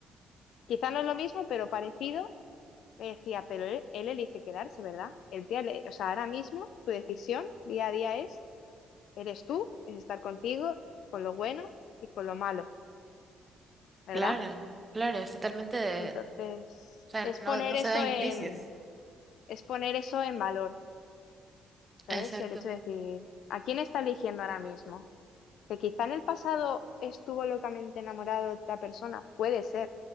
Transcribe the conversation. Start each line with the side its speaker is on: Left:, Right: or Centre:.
Left: quizá no es lo mismo, pero parecido, me decía, pero él, él elige quedarse, ¿verdad? El día, o sea, ahora mismo tu decisión día a día es, eres tú, es estar contigo, con lo bueno y con lo malo, ¿verdad?
Right: Claro, claro, es totalmente de-
Left: Entonces,
Right: o sea,
Left: es
Right: no,
Left: poner
Right: no
Left: eso
Right: se da indicios.
Left: en, es poner eso en valor ¿sabes?
Right: Exacto.
Left: El hecho de decir, ¿a quién está eligiendo ahora mismo? Que quizá en el pasado estuvo locamente enamorado de otra persona, puede ser,